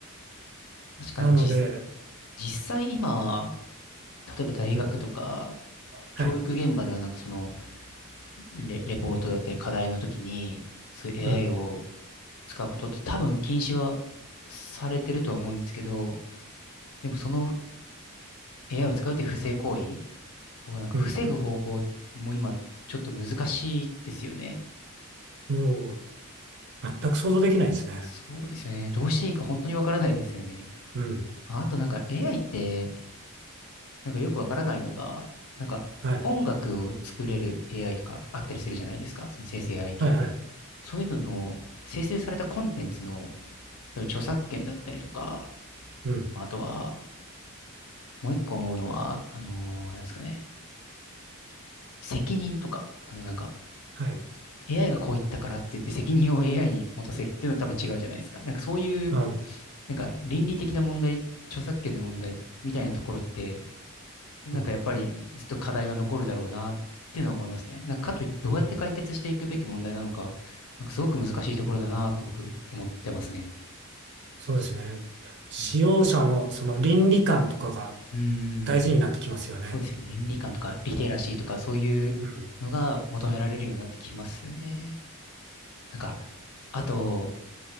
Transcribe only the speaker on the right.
なので、
うん。はい。
うん。
うん。もう、全く想像できないですね。
うん。
はい。
はいはい。
うん。
はい。
うん。
うん。
うん
そうですね。使用者のその倫理観とかが
大事になってきますよね。
うん。